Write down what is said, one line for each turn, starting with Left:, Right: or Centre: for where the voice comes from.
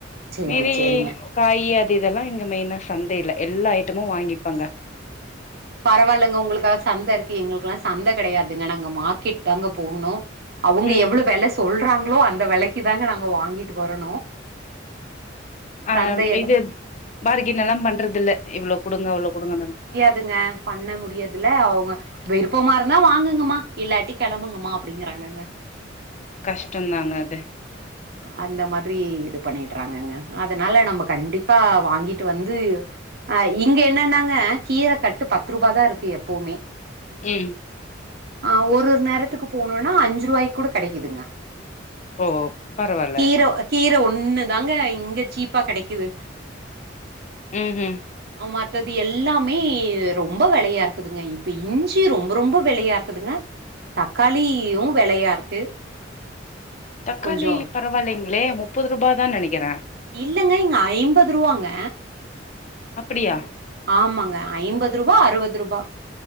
Right: சேரி
Left: மீதி
Right: சேரிங்க
Left: காய் அது இது இதெல்லா இங்க மெயினா சந்தைல எல்லா ஐட்டமு வாங்கிப்பாங்க
Right: பரவாயில்லங்க உங்களுக்காது சந்த இருக்கு எங்களுக்குல்லா சந்த கெடையாதுங்க நாங்க மார்க்கெட் தாங்க போணு அவுங்க
Left: ம்
Right: எவ்ளோ வெல சொல்றாங்ளோ அந்த வெலைக்கு தாங்க நாங்க வாங்கிட்டு வரணு
Left: ஆ
Right: சந்தையெல்லா
Left: இது பார்கின்னலா பண்றதில்ல இவ்ளோ குடுங்க அவ்ளோ குடுங்கனு
Right: இதுங்க பண்ண முடியாதுல அவுங்க விருப்பமா இருந்தா வாங்குங்கமா இல்லாட்டி கெளம்புங்கமா அப்டிங்கிறாங்கங்க
Left: கஷ்டந்தாங்க அது
Right: அந்த மாதிரி இது பண்ணிட்டுறாங்கங்க அதனால நம்ப கண்டிப்பா வாங்கிட்டு வந்து அ இங்க என்னானாங்க கீர கட்டு பத்து ரூபா தா இருக்கு எப்போமே
Left: ம்
Right: ஆ ஒருர் நேரத்துக்கு போனுனா அஞ்சு ரூவாய் கூட கெடைக்குதுங்க
Left: ஓ பரவால்ல
Right: கீர கீர ஒண்ணுதாங்க இங்க சீப்பா கெடைக்குது
Left: ம் ம்
Right: ஆ மத்தது எல்லாமே ரொம்ப வெலையா இருக்குதுங்க இப்ப இஞ்சி ரொம்ப ரொம்ப வெலையாரு க்குதுங்க தக்காளியு வெலையா இருக்கு
Left: தக்காளி
Right: கொஞ்சோ
Left: பரவாயில்லைங்ளே முப்பது ரூபாதா நெனைக்கிற
Right: இல்லங்க இங்க ஐம்பது ரூவாங்க
Left: அப்பிடியா
Right: ஆமாங்க ஐம்பது ரூபா அறுவது ரூபா